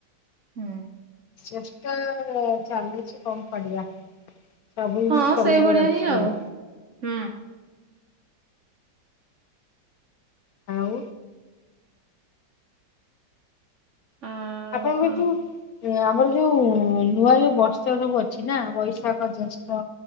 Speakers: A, on the right (about 55°); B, on the left (about 65°).
A: ହୁଁ।
B: ଚେଷ୍ଟା ଚାଲିଚି କଣ କରିବା ସବୁଦିନ
A: ହଁ
B: ଚଲେଇବାର
A: ସେଇଭଳିଆ
B: ଅଛି।
A: ହିଁ ଆଉ ହୁଁ।
B: ଆଉ।
A: ଆଉ
B: ଆପଣଙ୍କର
A: କଣ
B: ଯୋଉ ଆମର ଯୋଉ ନୂଆ ଯୋଉ ବର୍ଷ ସବୁ ଅଛି ନା ବୈଶାଖ ଜେଷ୍ଠ